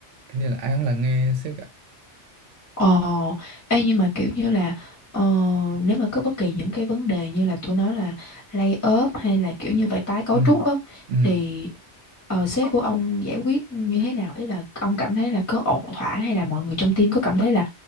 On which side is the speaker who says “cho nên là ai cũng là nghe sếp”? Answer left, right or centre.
Right